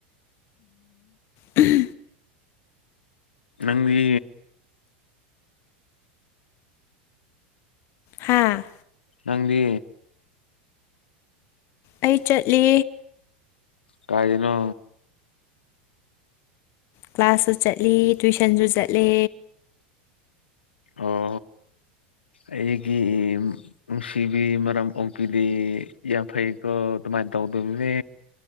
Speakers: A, on the left (about 50°); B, on the left (about 85°).
A: ꯎꯝ
B: ꯅꯪꯒꯤ
A: ꯍꯥꯥ
B: ꯅꯪꯗꯤ
A: ꯑꯩ ꯆꯠꯂꯤ
B: ꯀꯥꯏꯗꯅꯣ
A: ꯀ꯭ꯂꯥꯁꯁꯨ ꯆꯠꯂꯤ ꯇꯨꯋꯏꯁꯟꯁꯨ ꯆꯠꯂꯦ
B: ꯑꯣ ꯑꯩꯒꯤ ꯅꯨꯡꯁꯤꯕꯤ ꯃꯔꯝ ꯑꯣꯄꯤꯗꯤ ꯌꯥꯝ ꯐꯩꯀꯣ ꯑꯗꯨꯃꯥꯏꯅ ꯇꯧꯗꯕꯤꯅꯦ